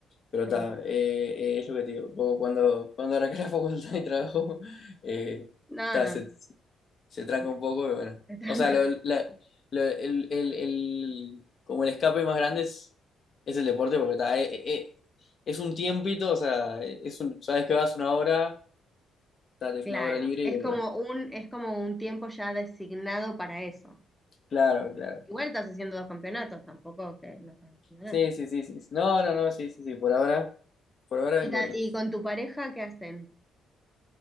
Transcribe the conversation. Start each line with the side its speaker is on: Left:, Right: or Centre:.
Left: Pero está,
Centre: sí.
Left: eh, eh, es lo que te digo, vos cuando, cuando arranqué la facultad y trabajo, <laughs> eh,
Centre: No,
Left: ta,
Centre: no,
Left: se, se tranca
Centre: no,
Left: un poco y bueno.
Centre: te tranca.
Left: O sea, lo-
Centre: <laughs>
Left: la- lo- el, el- el- como el escape más grande es, es el deporte porque está, eh, eh, eh, es un tiempito, o sea, es un, sabes que vas una hora Date
Centre: Claro,
Left: una hora libre
Centre: es
Left: y volver.
Centre: como un, es como un tiempo ya designado para eso.
Left: Claro, claro.
Centre: Igual estás haciendo dos campeonatos, tampoco que no estás haciendo
Left: Sí,
Centre: nada.
Left: sí, sí, sí. No, no, no, sí, sí, sí. Por ahora, por ahora
Centre: ¿Y,
Left: vengo
Centre: ta-
Left: bien.
Centre: y con tu pareja qué hacen?